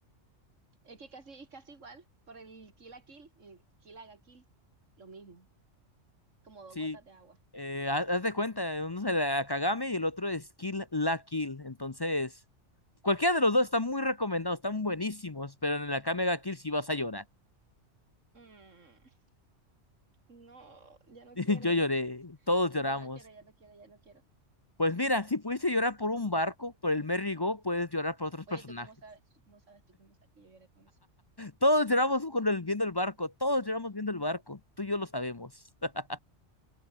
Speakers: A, on the right; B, on the left.
A: Es que casi, es casi igual por el Kill la Kill. eh, Kill la Kill. Lo mismo. como dos
B: Sí,
A: gotas de agua.
B: eh, haz, haz de cuenta, uno es el Akagame y el otro es Kill la Kill. Entonces, cualquiera de los dos está muy recomendado, están buenísimos, pero en el Akame ga Kill sí vas a llorar.
A: Mm, no, ya no
B: <laughs>
A: quiero.
B: Yo lloré,
A: <laughs>
B: todos lloramos.
A: Ya no quiero, ya no quiero, ya no quiero.
B: Pues mira, si pudiste llorar por un barco, por el Merry Go, puedes llorar por otros
A: Oye,
B: personajes.
A: ¿tú cómo sabes? ¿Tú cómo sabes? ¿Tú cómo sabes que yo lloré con eso?
B: Todos lloramos con el, viendo el barco, todos lloramos viendo el barco, tú y yo lo sabemos. <laughs>